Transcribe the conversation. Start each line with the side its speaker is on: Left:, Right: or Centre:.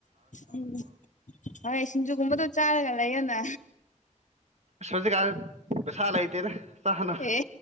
Left: ꯎꯝ ꯍꯣꯏ ꯁꯤꯡꯖꯨꯒꯨꯝꯕꯗꯣ ꯆꯥꯔꯒ ꯂꯩꯌꯣꯅ
Right: ꯁꯣꯖꯤ ꯀ ꯄꯩꯁꯥ ꯂꯩꯇꯦꯅꯦ ꯁꯅ
Left: ꯑꯦ